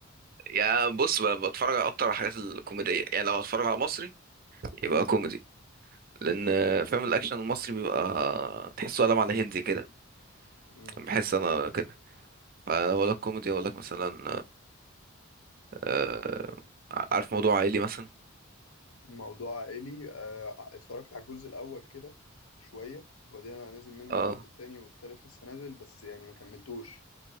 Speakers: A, on the right; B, on the left.
A: يا بص ب- بتفرج على اكتر على الحاجات الكوميديه يعني لو هتفرج على مصري يبقى كوميدي لان فاهم الاكشن المصري بيبقى تحسه قلم على هندي كده
B: مم.
A: بحس انا كده فلو اقول لك كوميدي اقول لك مثلا آه عارف موضوع عائلي مثلا
B: موضوع عائلي آه، اتفرجت على الجزء الأول كده شوية وبعدين أنا نازل منه
A: اه
B: الجزء التاني والتالت لسه نازل بس يعني ما كملتوش